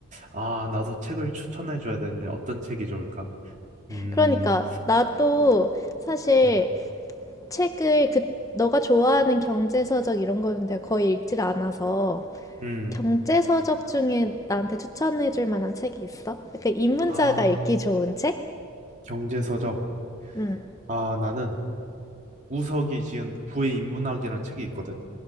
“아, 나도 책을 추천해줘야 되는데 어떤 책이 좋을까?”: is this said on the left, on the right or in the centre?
Right